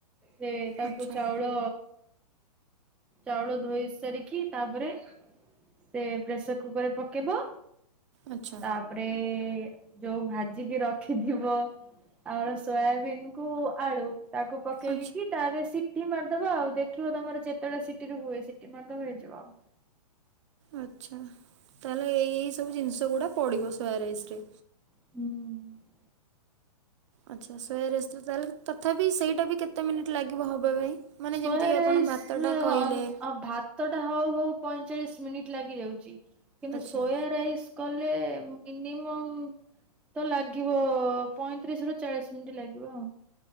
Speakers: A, in the centre; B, on the right.
A: ସେ ତାକୁ
B: ଆଚ୍ଛା
A: ଚାଉଳ ଚାଉଳ ଧୋଇ ସାରିକି ତାପରେ ସେ ପ୍ରେସର କୁକରରେ ପକେଇ ଦବ।
B: ଆଚ୍ଛା
A: ତାପରେ ଯୋଉ ଭାଜିିକି ରଖି ରଖିଥିବ ଆମର ସୋୟାବିିନ କୁ ଆଳୁ ତାକୁ ପକେଇକି
B: ଆଚ୍ଛା
A: ତାପରେ ସି ସିଟି ମାରିଦବା ଆଉ। ଦେଖିବ ତମର ଯେତେଟା ସିଟି ରେ ହୁଏ ସିଟି ମାରଦବ ହେଇଯିବ। ଆଉ
B: ଆଚ୍ଛା। ତାହେଲେ ଏଇ ଏଇ ସବୁ ଜିନିଷ ଗୁଡା ପଡିବ ସୋୟାରାଇସ ରେ।
A: ହୁମ୍
B: ଆଚ୍ଛା। ସୋୟାରାଇସ ରେ ତାହେଲେ ତଥାପି ସେଇଟା ବି କେତେ ମିନିଟ୍ ଲାଗିବ ହେବା ପାଇଁ। ମାନେ
A: ସୋୟା
B: ଯେମିତି
A: ରାଇସ
B: ଆପଣ ଭାତଟା କହିଲେ
A: ହଁ ଭାତ ଭାତଟା ହଉ ହଉ ପଇଁଚାଳିଶ ମିନିଟ୍ ଲାଗିଯାଉଛି। କିନ୍ତୁ
B: ଆଚ୍ଛା
A: ସୋୟା ରାଇସ୍ କଲେ ମିନିମମ୍ ତ ଲାଗିବ। ପଇଁତିରିଶ ରୁ ଚାଳିଶ ମିନିଟ୍ ଲାଗିବ ଆଉ।